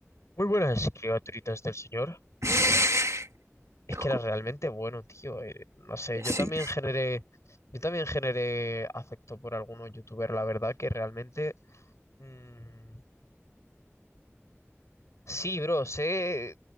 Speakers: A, on the left; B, on the right.
A: Muy buenas criaturitas del señor.
B: <laughs>
A: Es
B: flipó.
A: que era realmente bueno, tío. eh, No sé,
B: Sí.
A: yo también generé, yo también generé afecto por algunos youtubers, la verdad que realmente mm, Sí, bro, sé,